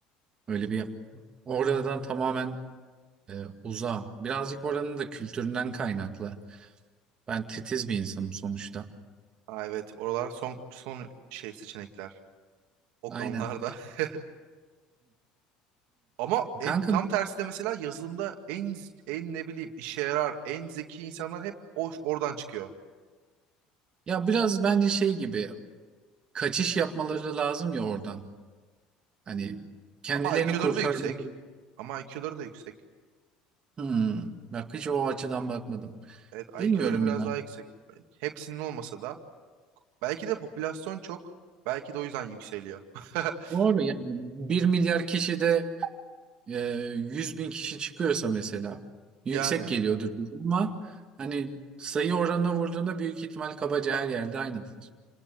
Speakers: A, on the right; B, on the right.
A: Öyle bir oradan tamamen e, uzağım. Birazcık oranın da kültüründen kaynaklı. Ben titiz bir insanım sonuçta.
B: Aa, evet oralar son son şey seçenekler o
A: Aynen.
B: konularda. <laughs> Ama en,
A: Kanka
B: tam tersi de mesela yazılımda en en ne bileyim işe yarar, en zeki insanlar hep o, oradan çıkıyor.
A: ya biraz bence şey gibi. kaçış yapmaları lazım ya oradan. Hani kendilerini
B: Ama IQ'ları
A: kurtarmaları.
B: da yüksek. Ama IQ'ları da yüksek.
A: Hmm, bak hiç o açıdan bakmadım.
B: Evet
A: Bilmiyorum
B: IQ'ları biraz
A: ya.
B: daha yüksek. Hepsinin olmasa da. Belki de popülasyon çok. Belki de o yüzden yükseliyor. <laughs>
A: Doğru yani. bir milyar kişide e, 100 bin kişi çıkıyorsa mesela yüksek
B: Yani.
A: geliyordur bu ama hani sayı oranına vurduğunda büyük ihtimal kabaca her yerde aynıdır.